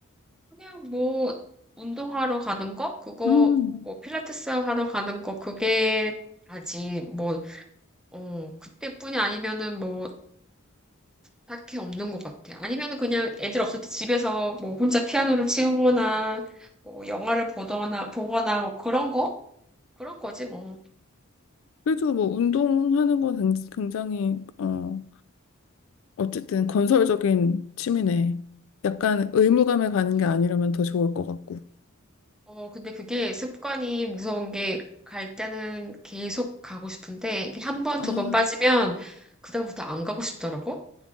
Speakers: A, in the centre; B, on the left (about 65°).
A: 그냥 뭐 운동하러 가는 거 그거
B: 음,
A: 뭐 필라테스 하러 가는 거 그게 다지 뭐 어, 그때뿐이 아니면은 뭐 딱히 없는 것 같아. 아니면은 그냥 애들 없을 때 집에서 뭐 혼자 피아노를 치거나 뭐 영화를 보거나 보거나 뭐 그런 거 그런 거지 뭐.
B: 그래도 뭐, 운동하는 거 굉- 굉장히, 어, 어쨌든 건설적인 취미네. 약간 의무감에 가는 게 아니라면 더 좋을 것 같고.
A: 어, 근데 그게 습관이 무서운 게 갈 때는 계속 가고 싶은데 이게 한 번,
B: 아,
A: 두 번 빠지면 그다음부터 안 가고 싶더라고.